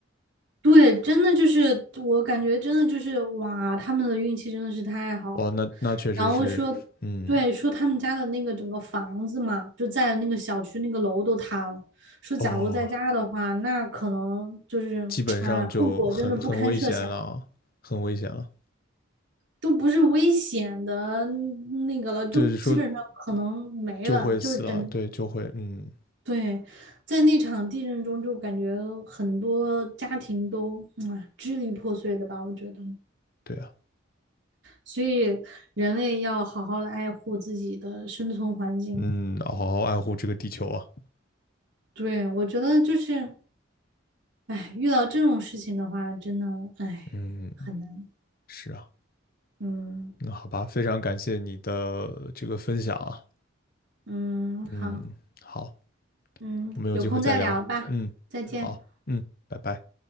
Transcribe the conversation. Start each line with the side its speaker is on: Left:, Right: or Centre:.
Right: 对，真的就是我感觉真的就是哇，他们的运气真的是太好了。
Left: 哦，那那确实是，
Right: 然后说，
Left: 嗯，
Right: 对，说他们家的那个整个房子嘛，就在那个小区那个楼都塌了。说假如在家的话，
Left: 哦，
Right: 那可能就是啊、
Left: 基本上就很很危险了啊，
Right: 哎后果真的不堪设想，
Left: 很危险了。
Right: 都不是危险的那个了，就基本上可能没了，
Left: 对，说就会死了，
Right: 就是真
Left: 对，就会，嗯，
Right: 对。在那场地震中，就感觉很多家庭都啊、支离破碎的吧，我觉得。
Left: 对啊，
Right: 所以人类要好好的爱护自己的生存环境。
Left: 嗯，好好爱护这个地球啊，
Right: 对，我觉得就是，哎，遇到这种事情的话，真的，哎，
Left: 嗯，
Right: 很难。
Left: 是啊，
Right: 嗯
Left: 那好吧，非常感谢你的这个分享啊，
Right: 嗯，
Left: 嗯，
Right: 好，
Left: 好，
Right: 嗯，
Left: 我们有机会再聊，
Right: 有空再聊吧，
Left: 嗯，
Right: 再见。
Left: 好，嗯，拜拜。